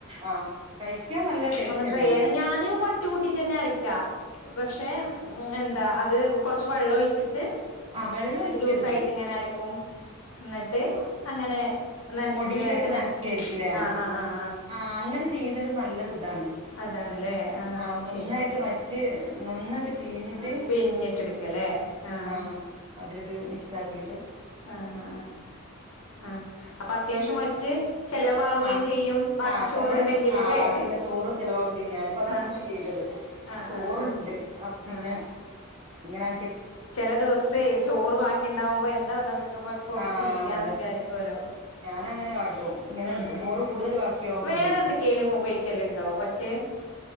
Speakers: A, on the right (about 25°); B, on the left (about 80°).
A: ആഹ് കഴിക്കാൻ നല്ല ടേസ്റ്റെന്നെയാണ്
B: ഒന്ന് ട്രൈ ചെയ്യണം
A: പക്ഷെ
B: ഞാനും വറ്റ് കൂട്ടിയ്ട്ടെന്നെ അരക്കാ പക്ഷെ എന്താ അത് കൊറച്ച് വെള്ളഒഴിച്ചിട്ട്
A: ആ വെള്ളം ഒഴിക്കരുത്
B: അത് ലൂസായിട്ടിങ്ങനെ അരക്കും എന്നിട്ട്
A: ആ
B: അങ്ങനെ നനച്ചിട്ട്
A: പൊടിയിലിട്ട്
B: അങ്ങനെ
A: നനക്കായിരിക്കുലേ
B: ആഹ് ആഹ് ആഹ്
A: ആഹ് അങ്ങനെ ചെയ്യുന്നതിലും നല്ലത് ഇ താണ്
B: അതാണ്ല്ലേ ആഹ്
A: ആ
B: ഒന്ന്
A: നന്നായിട്ട്
B: ചെയ്ത് നോക്കണം
A: വറ്റ് നന്നായി ട്ട് പിഴിഞ്ഞിട്ട്
B: പിഴിഞ്ഞിട്ടെടുക്കല്ലേ ആഹ്
A: ആ അതിലിട്ട് മിക്സാക്കി
B: ആഹ് ആ ആ ആ അപ്പൊ അത്യാവശ്യം വറ്റ് ചെലവാകുകയും
A: ആഹ്
B: ചെയ്യും ബാക്കി
A: ആഹ്
B: ചോറുണ്ടെങ്കില്
A: നമ്മള് ആ
B: ല്ലേ
A: ബാക്കിയുള്ള ചോറ് ചിലവാവും ചെയ്യും ഞാനിപ്പോ അതഇന്നിപ്പം
B: ആഹ്
A: ചെയ്തത്
B: ആഹ്
A: ചോറ്ണ്ട്
B: ആഹ് ആഹ്
A: അപ്പപ്പിന്നെ
B: ആഹ്
A: ഇങ്ങനാ
B: ചില ദിവസേ ചോറ് ബാക്കിയ്ണ്ടാവുമ്പോ എന്താ അതൊക്കെക്കൂടി
A: ആഹ്
B: ചെയ്യാന്ന്വിചാരിക്കുവല്ലോ
A: അതെ ഞാനങ്ങനെ കാട്ടും ഇങ്ങനെ
B: ഉം
A: ചോറ് കൂടുതൽ ബാക്കിയാവുമ്പോ
B: വേറെ
A: ഇങ്ങനെ ചെയ്യും
B: എന്ത്ക്കെലും ഉപയോഗിക്കലുണ്ടോ വറ്റ്